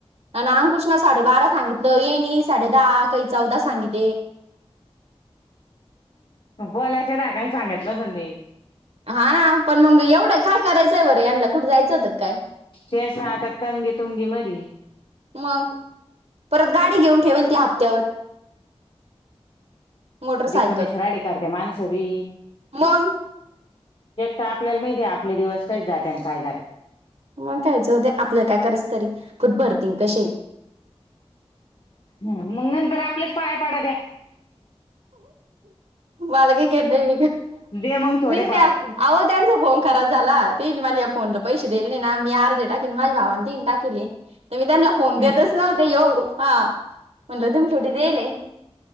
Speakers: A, on the right (about 70°); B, on the left (about 55°).
A: आणि <unintelligible> साडेबारा सांगितलं ये नाही साडे दहा काही चौदा सांगिते.
B: बोलाच्या धाकाने सांगित नसलं ते
A: हा हा ना पण मग एवढं काय करायचंय बरं यांला कुठे जायचं होत की काय.
B: तेच ना आता तंगी तुंगी मधी
A: मग परत गाडी घेऊन ठेवेल त्या हप्त्यावर. मोटरसायकल
B: रिकमेश राडे करते मानसवी.
A: मग.
B: तर आपल्याला माहिती आपले दिवस कसे जाते आणि काय जाते
A: मग कयच होद्या आपल्या काय कराच तरी. फुट भरतीिंग कसे.
B: ह मग नंतर आपल्याच पाया पडा द्या.
A: मला काही घेत नाही मी
B: दे मग थोडेफार
A: मी त्या आहो त्यांच. फोन खराब झाला तेने मला या फोनला पैसे दिले नाही ना मी अर्धे टाकेले माझ्या भावाने तन टाकेले. तर मी त्यांना फोन देतच
B: हं.
A: नव्हते येऊ हा म्हटलं तुम छोटी देईल.